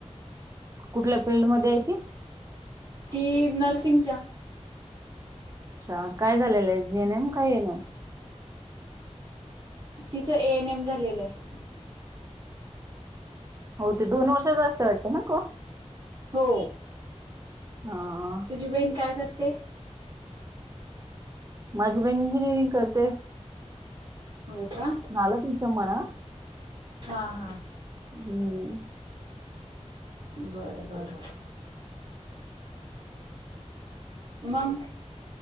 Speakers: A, on the right (about 25°); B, on the right (about 40°).
A: कुठल्या फिल्ड मध्ये आहे ती?
B: ती नर्सिंगच्या.
A: अच्छा काय झालेलं आहे जीनम का येनम?
B: तिचं ए एन एम झालेलं आहे.
A: हो ते दोन वर्ष जास्त वाटत ना कोर्स.
B: हो,
A: हा
B: तुझी बहीण काय करते?
A: माझी बहिण इंजिनिअरिंग करते.
B: हो का
A: <unintelligible>
B: हा हा.
A: हम.
B: बर बर. मग